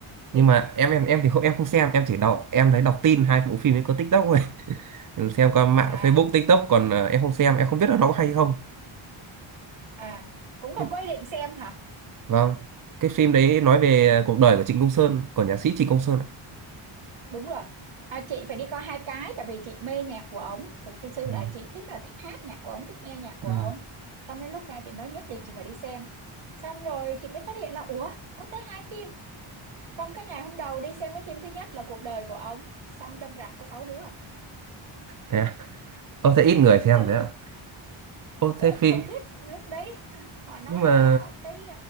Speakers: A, on the right; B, on the right.
A: nhưng
B: chị
A: mà em em em thì không em không xem em chỉ đọc em thấy đọc tin hai bộ phim ấy có TikTok thôi <laughs> Ừ, xem qua mạng
B: à
A: Facebook TikTok còn ờ, em không xem em không biết là nó có hay không
B: à cũng không
A: cái,
B: có ý định xem hả
A: vâng cái phim đấy nói về cuộc đời của Trịnh Công Sơn của nhạc sĩ Trịnh Công Sơn ạ
B: đúng rồi à, chị phải đi coi hai cái tại vì chị mê nhạc của ổng thực sự là
A: ừ.
B: chị thích là thích hát nhạc của ổng thích nghe nhạc của
A: Ừ.
B: ổng xong đến lúc ra chị nói nhất định chị phải đi xem xong rồi chị mới phát hiện là ủa có tới hai phim xong cái ngày hôm đầu đi xem cái phim thứ nhất là cuộc đời của ổng xong trong rạp có sáu đứa à.
A: thế à? ô thế ít người xem
B: <laughs>
A: thế ạ
B: ừ.
A: ô
B: Ờ,
A: thế phim
B: không biết lúc đấy ha, họ nói
A: nhưng mà
B: là cái